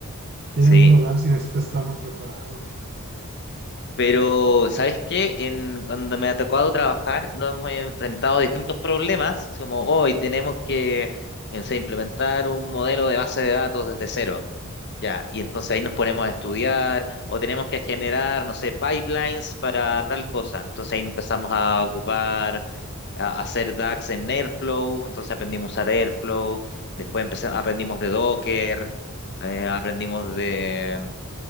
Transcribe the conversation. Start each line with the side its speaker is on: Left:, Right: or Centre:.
Right: ya
Left: sí.
Right: en el mundo real sí necesitas estar más preparado.
Left: Pero, ¿sabes qué? En, cuando me ha tocado trabajar, nos hemos enfrentado a distintos problemas, así como hoy tenemos que, no sé, implementar un modelo de base de datos desde cero. Ya, y entonces ahí nos ponemos a estudiar o tenemos que generar, no sé, pipelines para tal cosa. Entonces ahí empezamos a ocupar, a a hacer DAX en Airflow, entonces aprendimos a usar Airflow, después empezamos, aprendimos de Docker, eh, aprendimos
Right: eh,
Left: de,